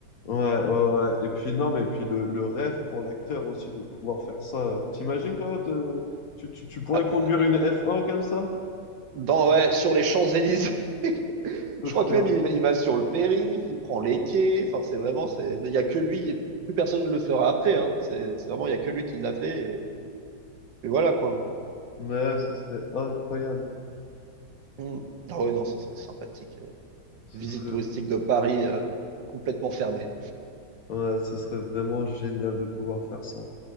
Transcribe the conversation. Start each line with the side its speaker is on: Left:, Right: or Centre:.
Left: ouais, ouais, ouais. Et puis non, mais puis le, le rêve pour l'acteur aussi de pouvoir faire ça. T'imagines toi, te- tu, tu, tu pourrais
Right: Ah
Left: conduire
Right: bah, bah,
Left: une
Right: là.
Left: F1 comme ça?
Right: Dans, ouais, sur les Champs-Élysées, <laughs>
Left: Ce
Right: je
Left: serait,
Right: crois que même
Left: inc-
Right: il, va- il va sur le périph', il prend les quais, enfin c'est vraiment, c'est, il y a que lui, et plus personne ne le fera après, hein. C'est c'est vraiment, il y a que lui qui l'a fait, et, et voilà quoi.
Left: mais ce serait incroyable.
Right: Hmm. Ah ouais, non, ça serait sympathique. euh,
Left: Ce
Right: Visite
Left: serait,
Right: touristique de Paris euh, complètement fermée.
Left: ouais, ce serait vraiment génial de pouvoir faire ça.